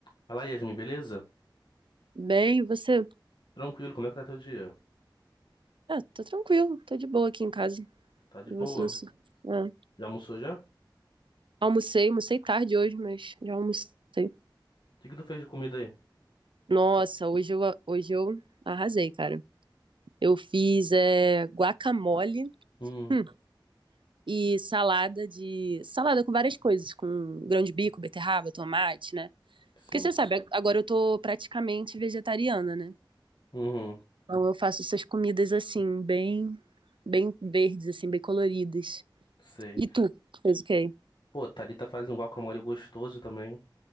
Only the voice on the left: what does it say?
Fala, Yasmin, beleza?
Tranquilo, como é que tá teu dia?
Tá de
boa?
Já almoçou já? O
que que tu fez de comida aí?
Hum,
sim.
Uhum,
sei.
Pô, Thalita faz um guacamole gostoso também.